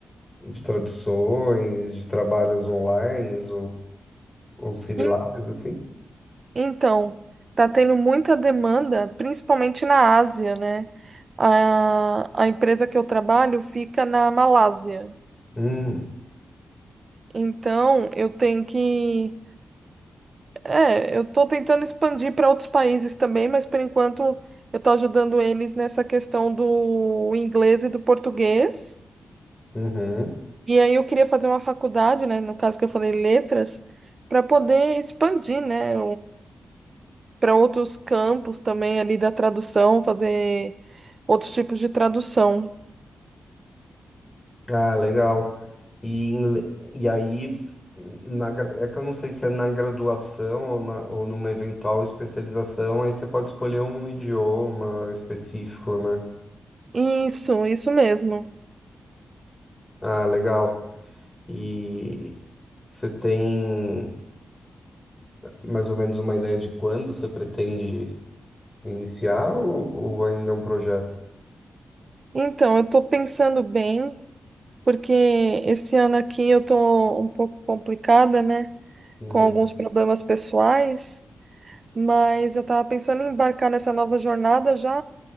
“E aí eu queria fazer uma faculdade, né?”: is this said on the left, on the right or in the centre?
Right